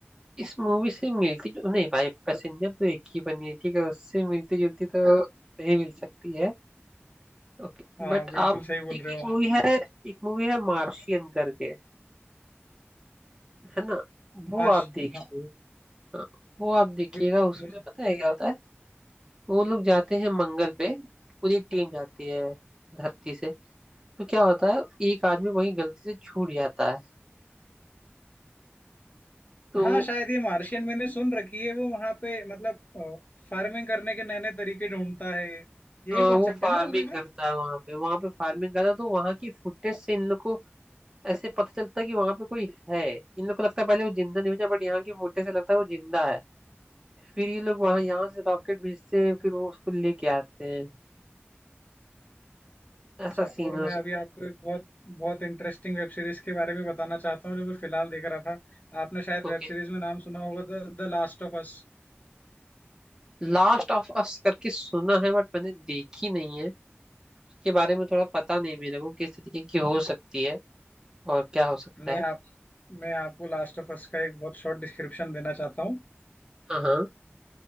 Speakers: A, on the right (about 15°); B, on the left (about 40°).
A: इस मूवी से मिलती जुल नहीं भाई पैसेंजर तो एक ही बनी है ठीक है उससे मिलती जुलती तो नहीं मिल सकती है ओके
B: हाँ
A: बट
B: बिल्कुल
A: आप
B: सही बोल
A: एक
B: रहे
A: एक
B: हो
A: मूवी
B: आप
A: है एक मूवी है मार्शियन करके है ना वो
B: मार्श
A: आप देखिए
B: हाँ
A: हाँ वो आप देखिएगा
B: बिल-
A: उसमें
B: मुझे
A: पता है क्या होता है वो लोग जाते हैं मंगल पे पूरी एक टीम जाती है धरती से तो क्या होता है एक आदमी वहीं गलती से छूट जाता है तो
B: हाँ शायद ये मार्शियन मैंने सुन रखी है वो वहां पे मतलब फार्मिंग करने के नए नए तरीके ढूंढता है यही
A: हाँ
B: कॉन्सेप्ट
A: वो फार्मिंग
B: है ना मूवी का
A: करता है वहां पे वहां पे फार्मिंग करता है तो वहां की फुटेज से इन लोग को ऐसे पता चलता है कि वहां पे कोई है इन लोग को लगता है पहले वो जिंदा नहीं बचा बट यहाँ की फुटेज से लगता है वो जिंदा है फिर ये लोग वहां यहाँ से रॉकेट भेजते हैं फिर वो उसको लेके आते हैं ऐसा
B: अच्छा
A: सीन
B: और
A: है
B: मैं अभी आपको एक बहुत बहुत इंटरेस्टिंग वेब सीरीज के बारे में बताना चाहता हूँ जो मैं फिलहाल देख रहा था आपने शायद
A: ओके
B: वेब सीरीज में नाम सुना होगा The The Last of Us
A: लास्ट ऑफ अस करके सुना है बट मैंने देखी नहीं है उसके बारे में थोड़ा पता नहीं मेरे को किस तरीके की हो सकती है और क्या हो सकता
B: मैं
A: है
B: आप मैं आपको लास्ट ऑफ अस का एक बहुत शॉर्ट डिस्क्रिप्शन देना चाहता हूँ
A: हाँ हाँ